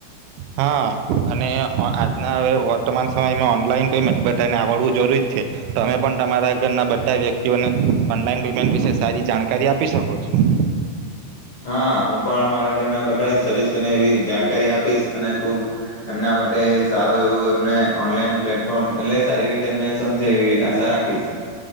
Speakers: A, on the right; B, on the left.
A: હા અને આજના હ વર્તમાન સમયમાં ઓનલાઈન પેમેન્ટ બધાને આવડવું જરૂરીત છે, તમે પણ તમારા ઘરના બધા વ્યક્તિઓને ઓનલાઈન પેમેન્ટ વિશે સારી જાણકારી આપી શકો છો.
B: હા હું પણ મારા ઘરના બધા જ સદસ્યો ને એવી જાણ કરી આપીશ અને ખૂબ, એમના માટે સારું એવું એમને ઓનલાઈન પ્લેટફોર્મ એટલે સારી રીતે એમને સમજે એવી આશા રાખીશ.